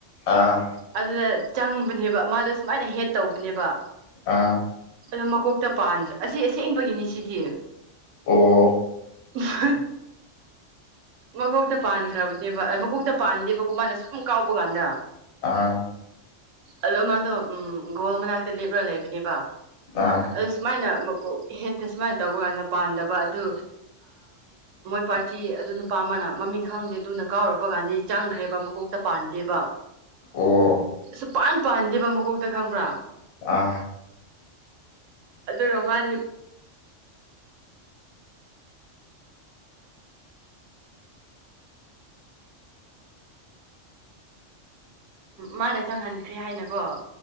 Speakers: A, on the left; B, on the right.
A: ꯑꯥ
B: ꯑꯗꯨꯗ ꯆꯪꯕꯅꯦꯕ ꯃꯥꯗꯣ ꯁꯨꯃꯥꯏꯅ ꯍꯦꯠ ꯇꯧꯕꯅꯦꯕ
A: ꯑꯥ
B: ꯑꯗꯣ ꯃꯀꯣꯛꯇ ꯄꯗ꯭ꯔ ꯑꯁꯤ ꯑꯁꯦꯡꯕꯒꯤꯅꯤ ꯁꯤꯗꯤ
A: ꯑꯣ
B: ꯍ ꯃꯀꯣꯛꯇ ꯄꯥꯟꯈ꯭ꯔꯕꯅꯦꯕ ꯃꯀꯣꯛꯇ ꯄꯥꯟꯗꯦꯕꯀꯣ ꯃꯥꯅ ꯁꯨꯝ ꯀꯥꯎꯕ ꯀꯥꯟꯗ
A: ꯑꯥ
B: ꯑꯗꯣ ꯃꯥꯗꯣ ꯎ ꯒꯣꯜ ꯃꯅꯥꯛꯇ ꯂꯦꯞꯂ ꯂꯩꯕꯅꯦꯕ
A: ꯑꯥ
B: ꯑꯗ ꯁꯨꯃꯥꯏꯅ ꯣ ꯍꯦꯛꯇꯁ ꯃꯥ ꯇꯧꯕ ꯀꯥꯟꯗ ꯄꯥꯟꯗꯕ ꯑꯗꯨ ꯃꯣꯏ ꯄꯥꯔꯇꯤ ꯑꯗꯨ ꯅꯨꯄꯥ ꯑꯃꯅ ꯃꯃꯤꯡ ꯈꯪꯗꯦ ꯑꯗꯨ ꯀꯥꯎꯔꯛꯄ ꯀꯥꯟꯗꯤ ꯆꯪꯈ꯭ꯔꯦꯕ ꯃꯀꯣꯛꯇ ꯄꯥꯟꯗꯦꯕ
A: ꯑꯣ
B: ꯁꯨꯄꯥꯟ ꯄꯥꯟꯗꯦꯕ ꯃꯀꯣꯛꯇ ꯈꯪꯕ꯭ꯔꯥ
A: ꯑꯥ
B: ꯑꯗꯨꯒ ꯃꯥꯗꯤ ꯃꯥꯅ ꯆꯪꯍꯟꯈ꯭ꯔꯦ ꯍꯥꯏꯅꯀꯣ